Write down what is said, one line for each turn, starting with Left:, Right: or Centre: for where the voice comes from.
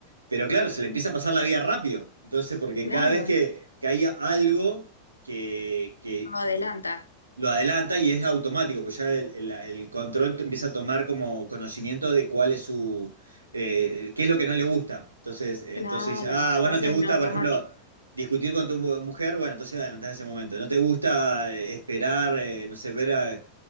Right: pero claro, se le empieza a pasar la vida rápido. Entonces, porque
Left: Claro,
Right: cada vez que, que hay algo que, que-
Left: no adelanta.
Right: lo adelanta y es automático, pues ya el, el- el control t- empieza a tomar como conocimiento de cuál es su, eh, qué es lo que no le gusta. Entonces, entonces
Left: Claro,
Right: dice, ah, bueno,
Left: lo haces
Right: te gusta,
Left: en automático.
Right: por ejemplo, discutir con tu mu- mujer, bueno, entonces adelantás ese momento. No te gusta eh, esperar, eh, no sé, ver a,